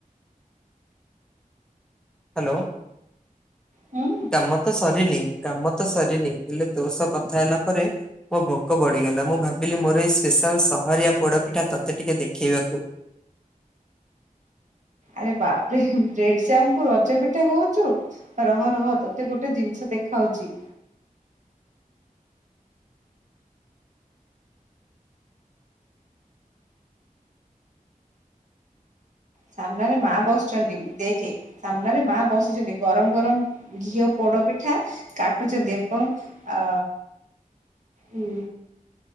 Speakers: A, in the centre; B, on the right.
A: ହାଲୋ।
B: ହୁଁ।
A: କାମ ତ ସରିନି କାମ ତ ସରିନି ହେଲେ ତୋ ସହ କଥା ହେଲା ପରେ ମୋ ଭୋକ ବଢିଗଲା। ମୁଁ ଭାବିଲି ମୋର ଏଇ ସ୍ପେଶାଲ ସହରିଆ ପୋଡ ପିଠା ତତେ ଟିକେ ଦେଖେଇବାକୁ।
B: ଆରେ ବାପ୍ ରେ ବ୍ରେଡଜାମ୍ କୁ ରଜ ପିଠା କହୁଚୁ। ରହ ରହ ତୋତେ ଗୋଟେ ଜିନିଷ ଦେଖାଉଚି। ସାମ୍ନାରେ ମା ବସିଛନ୍ତି ଦେଖେ। ସାମ୍ନାରେ ମା ବସିଛନ୍ତି। ଗରମ ଗରମ ଘିଅ ପୋଡ ପିଠା କାଟୁଛନ୍ତି। ଏବଂ ଆ ଉ